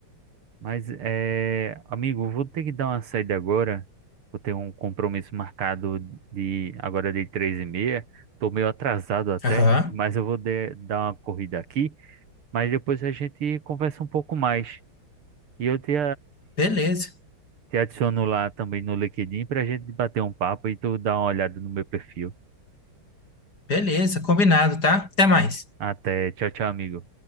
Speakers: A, on the right; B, on the left.
A: Mas, é, amigo, vou ter que dar uma saída agora. Vou ter um compromisso marcado de agora de três e meia. Tô meio atrasado até,
B: Aham,
A: mas eu vou de- dar uma corrida aqui. Mas depois a gente conversa um pouco mais. E eu te,
B: beleza,
A: Te adiciono lá também no LinkedIn pra gente bater um papo e tu dá uma olhada no meu perfil.
B: beleza, combinado, tá? Até mais.
A: Até, tchau, tchau, amigo.